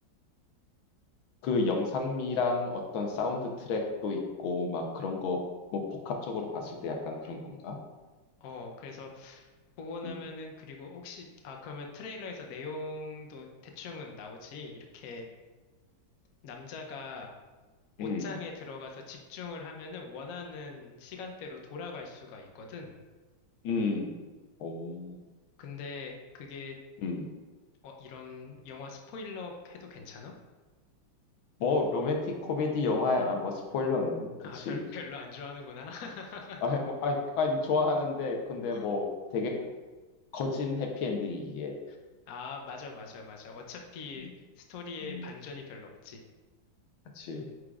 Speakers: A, on the left; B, on the left.
A: 그 영상미랑 어떤 사운드 트랙도 있고, 막 그런 거, 뭐 복합적으로 봤을 때 약간 그런 건가?
B: 어, 그래서 보고 나면은
A: 음,
B: 그리고 혹시 아 그러면 트레일러에서 내용도 대충은 나오지 이렇게 남자가
A: 음,
B: 옷장에 들어가서 집중을 하면은 원하는 시간대로 돌아갈 수가 있거든.
A: 음, 오,
B: 근데 그게
A: 음.
B: 어 이런 영화 스포일러 해도 괜찮아?
A: 뭐 로맨틱 코미디 영화야, 뭐 스포일러는, 그치.
B: 아 별, 별로 안 좋아하는구나. <laughs>
A: 아, 뭐, 아, 아, 좋아하는데, 근데
B: 어.
A: 뭐 되게 거진 해피엔딩이기에.
B: 아 맞아 맞아 맞아. 어차피
A: 음,
B: 스토리에
A: 음.
B: 반전이 별로 없지.
A: 그치.